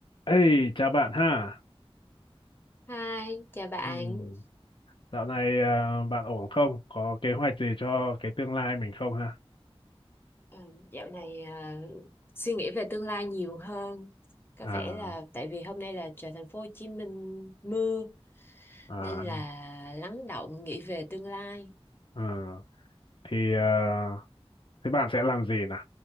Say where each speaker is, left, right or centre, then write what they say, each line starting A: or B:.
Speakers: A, on the left; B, on the left.
A: Ê, chào bạn ha.
B: Hi, chào bạn.
A: Ừm, Dạo này à, bạn ổn không? Có kế hoạch gì cho cái tương lai mình không ha?
B: Ờ, dạo này ờ, suy nghĩ về tương lai nhiều hơn. Có
A: À,
B: vẻ là tại vì hôm nay là trời thành phố Hồ Chí Minh mưa
A: à,
B: nên là lắng động nghĩ về tương lai
A: à. Thì à, thế bạn sẽ làm gì nào?